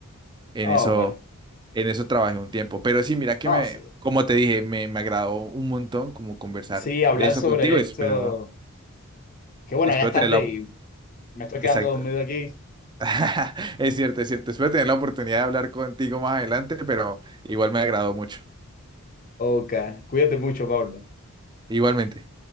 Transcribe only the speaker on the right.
en
eso,
en eso trabajé un tiempo. Pero sí, mira que
me,
como te dije, me, me agradó un montón como conversar
de eso
contigo. Espero,
espero
tener la,
exacto.
<laughs> Es cierto, es cierto. Espero tener la oportunidad de hablar contigo más adelante, pero igual me agradó mucho.
Igualmente.